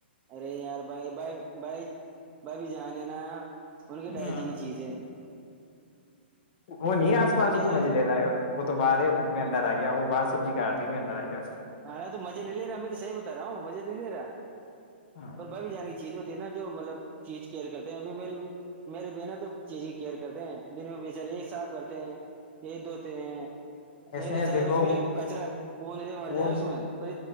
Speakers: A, on the right; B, on the left.
A: ارے یار بھائی بھائی بھائی بھائی بھی جانے نا ان کے ڈرجے
B: گے ہ
A: کی چیز ہے
B: وہ نہیں ہے آس پاس
A: کیا
B: جو تو مجھے
A: ہے
B: لے رہا وہ تو باہر ہے انر آئییا باہر سبزی کاٹ دیی میں اندر آئییا
A: ہ ن تو مزے نہیں لے رہا میں تو صحی بتا رہا ہوں مزے تو نہیں ل رہا
B: ہاں
A: اور ب بھی جانانی چاہیے جو نا جو مطلب چیز کیئر کرتے ہیں ابھی میرے میرے بناا تو چیز کی کیئر کرتے ہیں دن میں بچر ایک صاب کرتے ہیں ایک دھوتے ہیں
B: ایسے
A: نہیں تو
B: ہیں
A: چاہی
B: دیکھو
A: اس میں
B: وہ
A: کچرا ارے مر جائے
B: وہ
A: اس میں پج